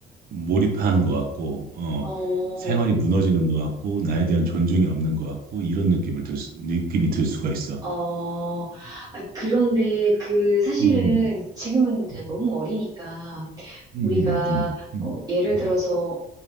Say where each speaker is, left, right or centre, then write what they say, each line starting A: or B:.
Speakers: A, on the right; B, on the right.
A: 몰입하는 것 같고, 어,
B: 어,
A: 생활이 무너지는 것 같고, 나에 대한 존중이 없는 것 같고, 이런 느낌을 들, 수- 느낌이 들 수가 있어.
B: 어. 아, 그런데
A: 음,
B: 그 사실은
A: 음,
B: 지금은 이제
A: 음,
B: 너무 어리니까
A: 음,
B: 우리가
A: 음, 음.
B: 어, 예를
A: 음.
B: 들어서